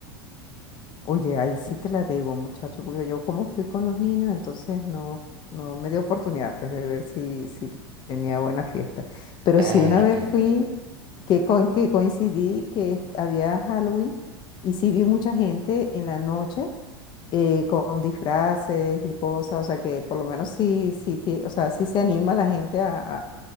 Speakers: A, on the left; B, on the right.
A: Oye, ahí sí te la debo, muchacho, porque yo como fui con los niños, entonces no, no me dio oportunidad pues de ver si, si tenía buena fiesta. Pero
B: Ay,
A: sí una vez
B: qué
A: fui,
B: mal.
A: que, con, que coincidí que est- había Halloween y sí vi mucha gente en la noche eh, con disfraces y cosas, o sea que por lo menos sí, sí, tie- o sea, sí se anima la gente a, a-